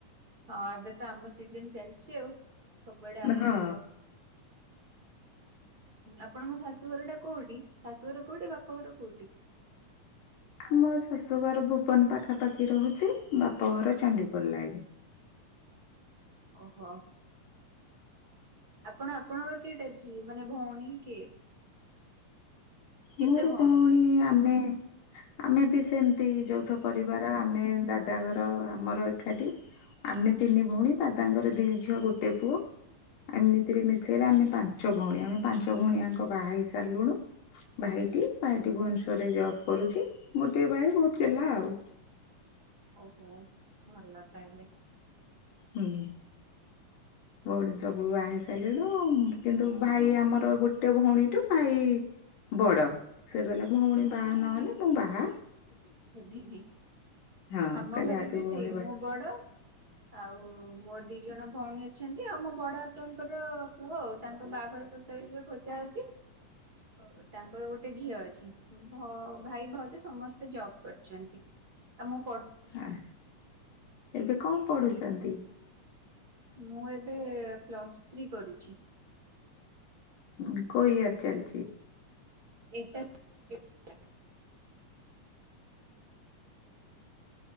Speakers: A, on the right; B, on the left.
A: ହଁ ଏବେ ତ ଆମ୍ବ ସିଜନ ଚାଲିଚି ଆଉ। ସବୁଆଡେ ଆମ୍ବ
B: ହଁ।
A: ଥିବ। ଆପଣଙ୍କ ଶାଶୁଘର ଟା କୋଉଟି। ଶାଶୁଘର କୋଉଠି ବାପା ଘର କୋଉଠି।
B: ଆମ ଶାଶୁଘର ଭୁବନ ପାଖାପାଖି ରହୁଚି। ବାପଘର ଚଣ୍ଡିଖୋଲ ଲାଇନ।
A: ଓହୋ। ଆପଣ ଆପଣଙ୍କର କେଇଟା ଝିଅ ମାନେ ଭଉଣୀ କିଏ? କେତେ
B: ମୋର
A: ଭଉଣୀ?
B: କଉଣୀ ଆମେ ଆମେ ବି ସେମତି ଯୋଉଥ ପରିବାର। ଆମେ ଦାଦ ଦାଦା ଘର ଆମର ଏକାଠି ଆମେ ତିନି ଭଉଣୀ ଦାଦାଙ୍କର ଦି ଝିଅ ଗୋଟେ ପୁଅ। ଏମିତିରେ ମିଶେଇଲେ ଆମେ ପାଞ୍ଚ ଭଉଣୀ ଆମେ ପାଞ୍ଚ ଭଉଣୀଆଙ୍କ ବାହା ହେଇ ସାରିଲୁଣୁ। ଭାଇଟି ଭାଇଟି ଭୁବନେଶ୍ଵର ରେ ଜବ୍ କରୁଚି। ଗୋଟିଏ ଭାଇ ବହୁତ ଗେଲା ଆଉ।
A: ଓହୋ ଭଲ ତାହେଲେ?
B: ହୁଁ। ଭଉଣୀ ସବୁ ବାହା ହେଇସାରିଲୁଣୁ। କିନ୍ତୁ ଭାଇ ଆମର ଗୋଟେ ଭଉଣୀଠୁ ଭାଇ ବଡ ସେ କହିଲ ଭ ଭଉଣୀ ବାହା ନହେଲେ। ମୁଁ ବାହା
A: ହେବିନି
B: ହଁ
A: ଆମ
B: କହିଲେ
A: ଘରେ
B: ଆଗେ
A: ବି
B: ଭଉଣୀ
A: ସେଇ
B: ବାହା
A: ମୁଁ ବଡ ଆଉ ମୋ ଦି ଜଣ ଭଉଣୀ ଅଛନ୍ତି। ଆଉ ମୋ ବଡ ବାପାଙ୍କର ପୁଅ ଆଉ ତାଙ୍କ ବାହାଘର ପ ବ ଖୋଜା ହୋଉଚିା ଓ ତାଙ୍କର ଗୋଟେ ଝିଅ ଅଛି। ଭ ଭାଇ ଭାଉଜ ସମସ୍ତେ ଜବ କରିଛନ୍ତି ଆମୁ
B: ଉଁ ଏବେ କଣ ପଢୁଚନ୍ତି।
A: ମୁଁ ଏବେ ପ୍ଲସ୍ ଥ୍ରୀ କରୁଚି।
B: ହୁଁ କୋଉ ଇୟର ଚାଲଚି।
A: ଏଇପା <unintelligible>